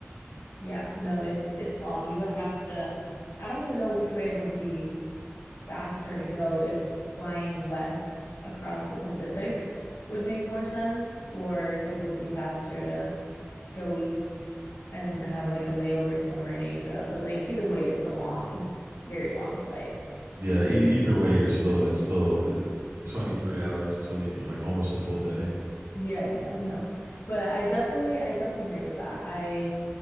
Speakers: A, on the left; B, on the right.
A: yeah, no, it's it's long. You would have to, I don't even know which way would be faster to go if flying west across the Pacific would make more sense, or it would be faster to go east and have like a layover somewhere in Asia. But like either way, it's a long, very long flight.
B: yeah. E- either way, you're still it's still twenty three hours, twenty like almost a full day.
A: Yeah, yeah, yeah, no. But I definitely, I definitely agree with that. I